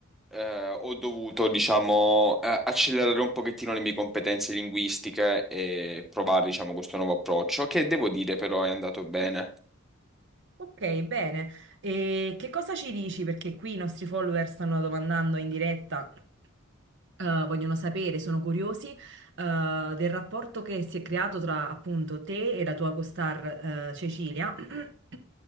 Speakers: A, in the centre; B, on the right (about 60°).
A: eh, ho dovuto, diciamo, eh, accelerare un pochettino le mie competenze linguistiche e provare, diciamo, questo nuovo approccio, che devo dire però è andato bene.
B: Ok, bene. E che cosa ci dici? Perché qui i nostri follower stanno domandando in diretta. eh, vogliono sapere, sono curiosi, eh, del rapporto che si è creato tra appunto te e la tua costar, eh, Cecilia. <clears throat>